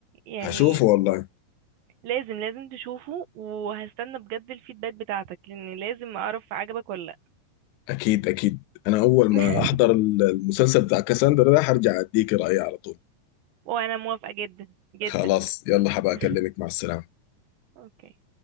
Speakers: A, on the right; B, on the left.
A: يعني
B: هشوفه والله
A: لازم لازم تشوفه وهستنى بجد الفيدباك بتاعتك لان لازم اعرف عجبك ولا لا
B: أكيد أكيد أنا أول
A: <laughs>
B: ما أحضر المسلسل بتاع كاساندرا ده هرجع أديك رأيي على طول
A: وانا موافقة جدا جدا
B: خلاص يلا حبا
A: <laughs>
B: أكلمك مع السلامة
A: اوكي